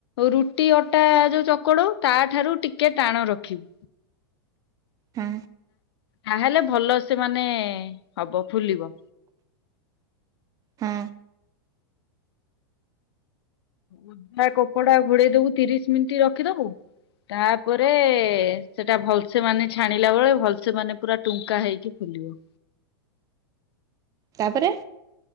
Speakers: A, on the left; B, on the right.
A: ରୁଟି ଅଟା ଯୋଉ ଚକଡଉ ତାଠାରୁ ଟିକେ ଟାଣ ରଖିବୁ।
B: ହୁଁ
A: ତାହେଲେ ଭଲ ସେ ମାନେ ହବ ଫୁଲିବ।
B: ହଁ
A: ଓଦା କପଡା ଘୁଡେଇଦବୁ ତିରିଶ ମିନିଟ୍ ରଖିଦବୁ। ତାପରେ ସେଟା ଭଲସେ ମାନେ ଛାଣିଲା ବେଳେ ଭଲସେ ମାନେ ପୁରା ଟୁମ୍ କା ହେଇକି ଫୁଲିବ।
B: ତାପରେ